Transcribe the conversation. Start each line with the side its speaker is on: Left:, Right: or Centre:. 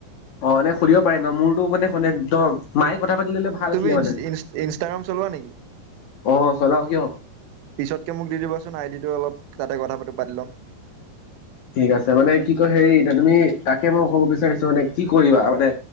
Left: অ' সুধিব পাৰি ন মোৰতো মানে শুনে একদম। মায়ে কথা পাতি ললে ভাল আছিলে
Right: তুমি
Left: মানে
Right: ইনষ্টাগ্ৰাম চলোৱা নেকি
Left: অ চলাও কিয়
Right: পিছতকে মোক দি দিবাচোন আইডিটো অলপ তাতে কথা পাতিম। পাতি লম।
Left: ঠিক আছে মানে কি কয় হেৰি এতিয়া তুমি তাকে মই ক'ব বিচাৰিছো মানে কি কৰিবা মানে,